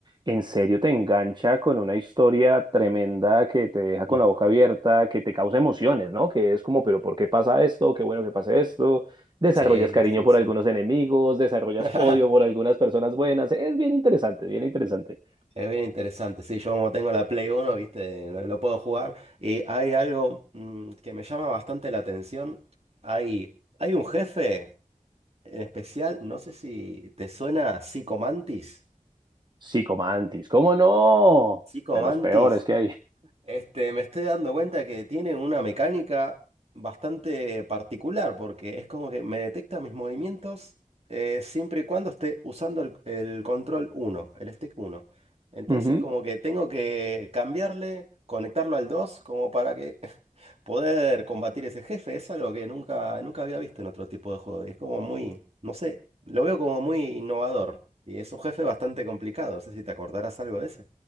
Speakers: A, on the right; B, on the right.
A: en serio te engancha con una historia tremenda que te deja
B: <laughs>
A: con la boca abierta, que te causa emociones, ¿no? Que es como, pero ¿por qué pasa esto? Qué bueno que pase esto. Desarrollas
B: sí,
A: cariño
B: sí,
A: por
B: sí.
A: algunos enemigos, desarrollas
B: <laughs>
A: odio por algunas personas buenas. Es bien interesante, bien interesante.
B: Es bien interesante, sí, yo como tengo la Play uno viste, lo, lo puedo jugar. Y hay algo mm, que me llama bastante la atención. Hay, hay un jefe en especial, no sé si te suena Psycho Mantis.
A: Psicomantis, ¿cómo no?
B: Psycho
A: De
B: Mantis
A: los peores que hay.
B: Este, me estoy dando cuenta que tiene una mecánica bastante particular, porque es como que me detecta mis movimientos eh, siempre y cuando esté usando el, el control uno, el stick uno. Entonces
A: Ujú.
B: como que tengo que cambiarle, conectarlo al 2, como para que <laughs> poder combatir ese jefe. Es algo que nunca, nunca había visto en otro tipo de juego. Y es como muy, no sé, lo veo como muy innovador. Y es un jefe bastante complicado. No sé si te acordarás algo de ese.